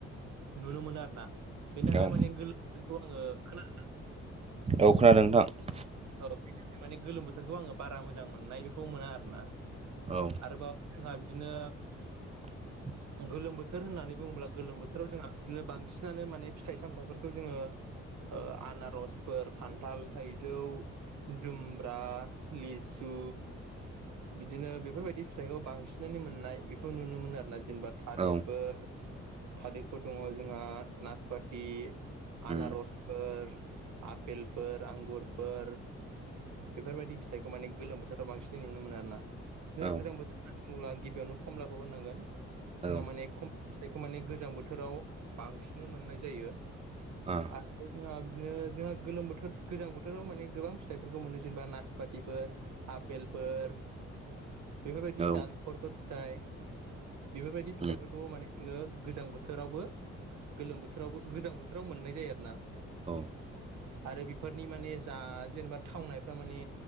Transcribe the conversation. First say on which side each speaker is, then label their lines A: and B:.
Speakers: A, on the right (about 70°); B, on the right (about 20°).
A: नुनो मोनो आरो ना। बेनि थाखाय
B: औ
A: माने गोलोमखौ आङो खोन
B: औ खोनादों नोंथां।
A: औ बेनि माने गोलोम बोथोरखौ आङो बारा मोजां मोननाय बेखौ मोना आरो ना।
B: औ।
A: आरोबाव जोंहा बिदिनो
B: <inaudible>
A: गोलोम बोथोर होननानै बुङोब्ला गोलोम बोथोराव जोंहा बिदिनो बांसिनानो माने फिथाइ सामथाइफोरखौ जोङो ओ आनारसफोर खान्थाल थाइजौ जुमब्रा लिसु बिदिनो बेफोरबायदि फिथाइखौ बांसिनानो मोननाय बेखौ नुनो मोनो आरो ना जेनेबा थालिरफोर
B: औ
A: थालिरफोर दङ जोंहा नासपाथि
B: उम
A: आनारस फोर आफेलफोर आंगुरफोर बेफोरबायदि फिथाइखौ माने गोलोम बोथोराव बांसिनै नुनो मोनो आरो ना जोंहा
B: औ
A: गोजां बोथोर होनब्ला गिबियावनो खमलाखौ होनांगोन जोंहा
B: औ
A: माने खम फिथाइखौ माने गोजां बोथोराव बांसिनो मोननाय जायो।
B: ओ
A: आरो जोंहा बिदिनो जोंहा गोलोम बोथोर गोजां बोथोराव माने गोबां फिथाइ फोरखौ मोनो जेनबा नासपाथिफोर आफेलफोर बेफोरबायदि
B: औ
A: नाले खरफोर फिथाइ बेफोरबायदि फिथाइफोरखौबो
B: उम
A: माने जोङो गोजां बोथोरावबो गोलोम बोथोरावबो गोजां बोथोराव मोननाय जायो आरो ना
B: औ
A: आरो बेफोरनि माने जा जेनेबा थावनायफ्रा माने